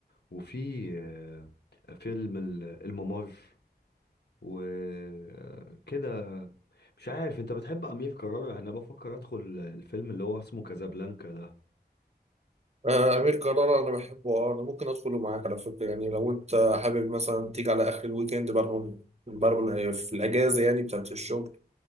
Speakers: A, on the left (about 75°); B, on the right (about 40°).
A: وفي آه، فيلم ال- الممر وكده مش عارف انت بتحب امير كرارة يعني انا بفكر ادخل الفيلم اللي هو اسمه كازابلانكا ده
B: آه امير كرارة انا بحبه اه انا ممكن ادخله معاك على فكره يعني لو انت حابب مثلا تيجي على اخر الويكند برمن برمن في الاجازه يعني بتاعت الشغل